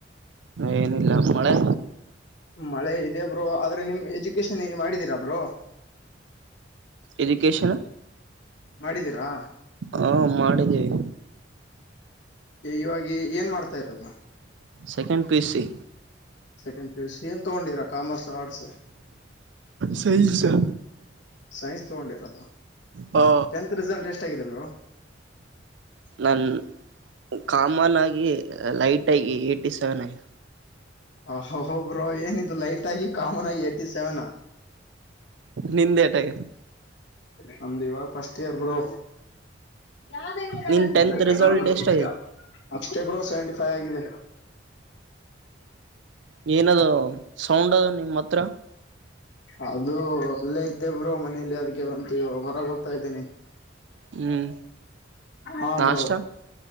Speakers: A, on the right; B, on the left.
A: ಏನಿಲ್ಲ ಮಳೆ?
B: ಮಳೆ ಇದೆ ಬ್ರೋ, ಆದ್ರೆ ನಿಮ್ ಎಜುಕೇಶನ್ ಏನ್ ಮಾಡಿದೀರಾ ಬ್ರೋ.
A: ಎಜುಕೇಶನ್
B: ಮಾಡಿದೀರಾ
A: ಹಾ ಮಾಡಿದ್ದೀವಿ.
B: ಇವಾಗಿ ಏನ್ ಮಾಡ್ತಾ ಇರೋದು.
A: Second P U C.
B: Second P U C ಏನ್ ತಗೊಂಡಿರ ಕಾಮರ್ಸೋ ಆರ್ಟ್ಸೋ?
A: ಸೖನ್ಸು.
B: ಸೈನ್ಸ್ ತಗೊಂಡಿರದಾ?
A: ಹಾ
B: ಟೆಂತ್ ರಿಸಲ್ ಎಷ್ಟ್ ಆಗಿದೆ ಬ್ರೊ.
A: ನಾನ್ ಕಾಮನ್ ಆಗಿ ಲೈಟ್ ಆಗಿ ಏಯ್ಟಿ ಸೆವೆನ್ ಆಗಿದ್.
B: ಅ ಹ ಬ್ರೋ ಏನಿದು ಲೈಟ್ ಆಗಿ ಕಾಮನ್ ಆಗಿ ಎಯ್ಟಿ ಸೆವೆನ್ನ.
A: ನಿಂದೇಟಗೖತೆ?
B: ನಮ್ದು ಇವಾಗ ಫಸ್ಟ್ ಇಯರ್ ಬ್ರೊ. ಯಾವ <unintelligible>
A: ನಿನ್ ಟೆಂತ್ ರಿಸಲ್ಟ್ ಎಷ್ಟಾಗಿದೆ
B: ಅಷ್ಟೇ ಬ್ರೋ ಸೆವೆಂಟಿ ಫೈ ಆಗಿದೆ.
A: ಏನದು ಸೌಂಡ್ ನಿಮ್ಮ್ ಹತ್ರ.
B: ಅದು ಅಲ್ಲೇ ಇದ್ದೇಬ್ರು ಮನೆಯಲ್ಲಿ ಅದಕ್ಕೆ ಒಂತ ಹೊರಗೆ ಹೋಗ್ತಾ ಇದ್ದೇನೆ.
A: ಹ್ಮ್
B: ಹಾ
A: ನಾಷ್ಟ
B: ಬ್ರೋ.